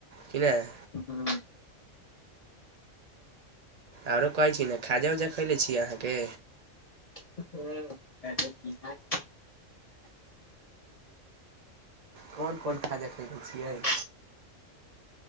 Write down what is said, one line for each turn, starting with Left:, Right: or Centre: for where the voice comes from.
Right: कि नैय
Left: हूँ
Right: आरो कहै छी ने खाजा-उजा खलै छी अहाँके
Left: हु <unintelligible>
Right: कोन-कोन
Left: कोन कोन
Right: खाजा
Left: छै?
Right: खयलै छियै